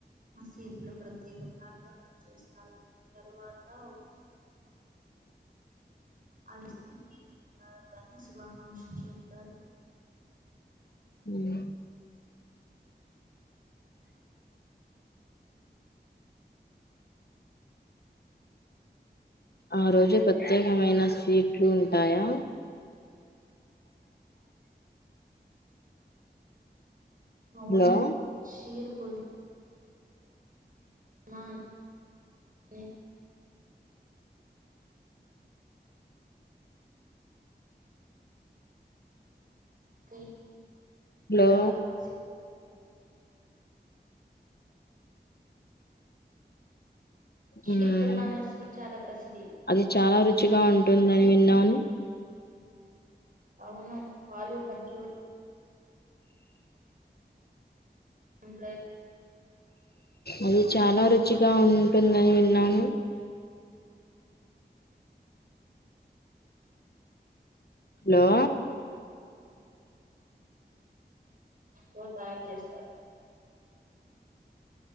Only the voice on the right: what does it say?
మసీదులో ప్రత్యేక ప్రార్థనలు చేస్తారు తరువాత ఒక
అర్జన్ గీత గని శుభాకాంక్షలు చెప్తారు
అవును
షీర్ కుర్ మా ని నీ
చాలా ప్రసిద్ షీర్
కుర్మా అనే స్వీట్ చాలా ప్రసిద్ధి
అవును పాలు ఖర్జూ ర
వాళ్ తయారు చేస్తారు